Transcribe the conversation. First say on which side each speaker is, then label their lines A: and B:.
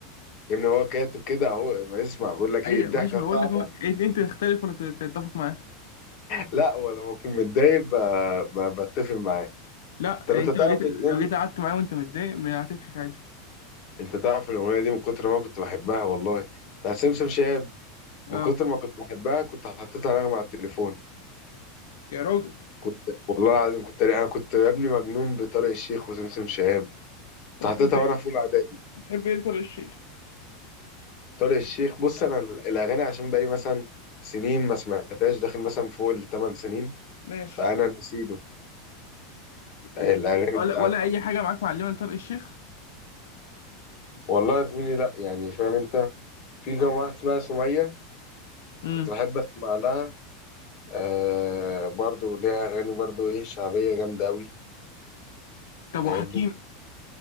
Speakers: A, on the left; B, on the left.
A: يا ابني هو كاتب كده اهو ما اسمع بقول لك
B: ايوه
A: ايه الضحكه
B: ماشي ما أنا بقول
A: صعبه
B: لك اهو انت أنت تختلف ولا تت- تتفق معاه
A: لا ولما اكون متضايق ب- ب- بتفق معاه
B: لا
A: طب
B: يعني
A: انت
B: انت
A: تعرف
B: لو جيت لو
A: ان
B: جيت قعدت معاه وانت متضايق ما هتضحك عادي
A: انت تعرف الاغنيه دي من كتر ما كنت بحبها والله بتاع سمسم شاب من
B: اه
A: كتر ما كنت بحبها كنت حطيتها نغمه على التليفون
B: يا راجل
A: كنت والله العظيم كنت انا كنت يا ابني مجنون بطارق الشيخ وسمسم شاب كنت
B: طب بتحب
A: حطيتها
B: ايه
A: وانا في اولى اعدادي
B: بتحب ايه طارق الشيخ
A: طارق الشيخ بص انا ال- الاغاني عشان بقالي مثلا سنين ما سمعتهاش داخل مثلا فوق الثمان سنين
B: ماشي
A: فانا نسيته
B: و-
A: الاغاني
B: ولا
A: بتاعته
B: ولا اي حاجه معاك معلمه لطارق الشيخ
A: والله يا زميلي لا يعني فاهم انت في كام واحد اسمها سميه
B: امم
A: كنت بحب اسمع لها آه برضو ليها اغاني برضو ايه شعبيه جامده قوي
B: طب
A: فاهمني
B: وحكيم